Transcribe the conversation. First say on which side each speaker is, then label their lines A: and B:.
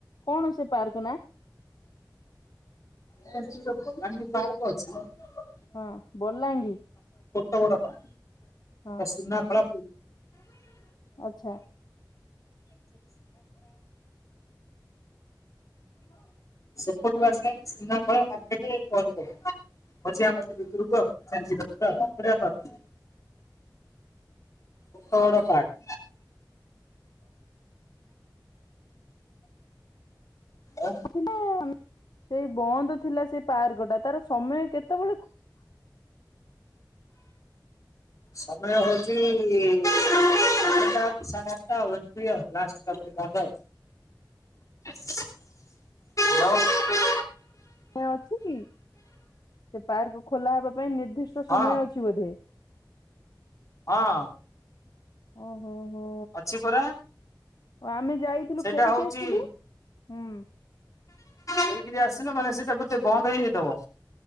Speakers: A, on the left; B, on the left.
A: କଣ ସେ ପାର୍କ ନା?
B: କହନ୍ତି ବଲାଣି ପାର୍କ ଅଛି। <unintelligible>
A: ହଁ ବଲାଙ୍ଗୀ
B: ଖରାପ <unintelligible>
A: ହଁ
B: <unintelligible> ସୁନାଖଳା
A: ଆଚ୍ଛା
B: ଏପଟୁ
A: ହୁଁ
B: ଆସିଲାଳକୁ ସୁନାଖଳା ମାର୍କେଟ ପରେ ପଡେ। ମଝିଆ ମଝି ଭିତରକୁ ଆଉ ବଢିଆ ପାର୍କ ଟା। ବଡ ବଡ ପାର୍କ। ଆଁ।
A: ଥିଲା ସେ ବନ୍ଦ ଥିଲା ସେ ପାର୍କ ଟା ତାର ସମୟ କେତେବେଳେ
B: ସମୟ ହଉଛି ଆଠଟା ସାଢ଼େ ଆଟା ଆଉ ଏମିତି ଆଉ ଲାଷ୍ଟ ତାପରେ ବନ୍ଧ। ହ୍ୟାଲୋ।
A: ସମୟ ଅଛି କି ସେ ପାର୍କ ଖୋଲା ହେବା ପାଇଁ ନିର୍ଦ୍ଦିଷ୍ଟ
B: ହଁ
A: ସମୟ ଅଛି ବୋଧେ।
B: ହଁ।
A: ଅ ହୋ ହୋ।
B: ଅଛି ପରା।
A: ଓ ଆମେ ଯାଇଥିଲୁ
B: ସେଇଟା
A: ଫେରିକି
B: ହଉଛି
A: ଆସିଥିଲୁ ହୁଁ।
B: ଫେରିକିରି ଆସିଲ ମାନେ ସେଇଟା ବୋଧେ ବନ୍ଦ ହେଇଯାଇଥବ।